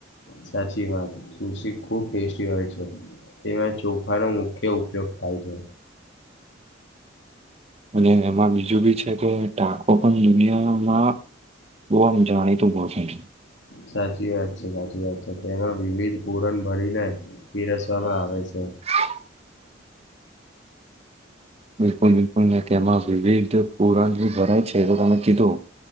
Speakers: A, on the left; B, on the right.
A: સાચી વાત શું શી ખુબ ટેસ્ટી હોય છે તેમાં ચોખાનો મુખ્ય ઉપયોગ થાય છે.
B: અને એમાં બીજું બી છે કે ટાકો પણ દુનિયામાં વો હમ્મ જાણીતું ભોજન છે.
A: સાચી વાત છે. સાચી વાત છે તેમાં વિવિધ પુરણ ભરીને પીરસવામાં આવે છે.
B: હા બિલકુલ બિલકુલ ને તેમાં વિવિધ પુરાંગ ભરાય છે તો તમે કીધું.